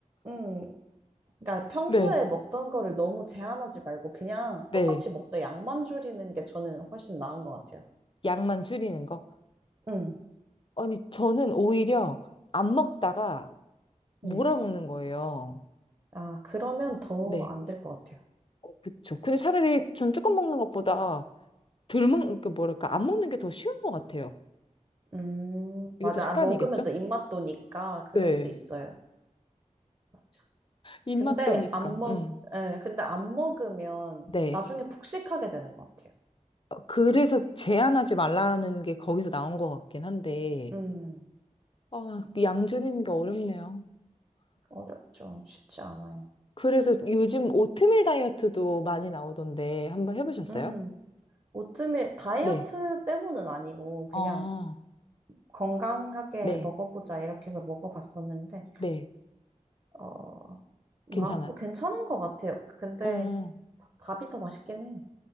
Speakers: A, on the right (about 35°); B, on the left (about 45°).
A: 음, 그러니까 평소에
B: 네,
A: 먹던 거를 너무 제한하지 말고 그냥
B: 네.
A: 똑같이 먹되 양만 줄이는 게 저는 훨씬 나은 것 같아요.
B: 양만 줄이는 거.
A: 음,
B: 아니, 저는 오히려 안 먹다가 몰아먹는
A: 네.
B: 거예요.
A: 아, 그러면 더
B: 네.
A: 안 될 것 같아요.
B: 어, 그쵸. 근데 차라리 전 조금 먹는 것보다 덜 먹는, 그 뭐랄까, 안 먹는 게 더 쉬운 것 같아요.
A: 음,
B: 이것도
A: 맞아.
B: 습관이겠죠?
A: 아, 먹으면 또 입맛 도니까 그럴
B: 네.
A: 수 있어요. 맞아.
B: 입맛
A: 근데
B: 도니까.
A: 안 먹,
B: 음.
A: 예, 근데 안 먹으면
B: 네.
A: 나중에 폭식하게 되는 것 같아요.
B: 그래서 제한하지 말라는 게 거기서 나온 것 같긴 한데,
A: 음.
B: 아, 양 줄이는 게 어렵네요.
A: 어렵죠. 쉽지 않아요.
B: 그래서 요즘 오트밀 다이어트도 많이 나오던데, 한번 해보셨어요?
A: 음, 오트밀 다이어트
B: 네.
A: 때문은 아니고 그냥
B: 아,
A: 건강하게
B: 네.
A: 먹어보자 이렇게 해서 먹어봤었는데
B: 네.
A: 어, 마,
B: 괜찮아요.
A: 뭐 괜찮은 것 같아요. 근데
B: 음.
A: 바- 밥이 더 맛있긴 해요.